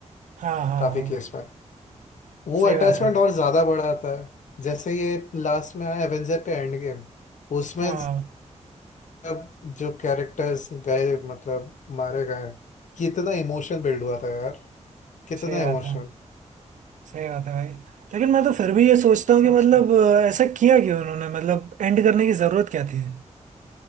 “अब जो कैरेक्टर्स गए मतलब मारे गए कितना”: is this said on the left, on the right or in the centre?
Left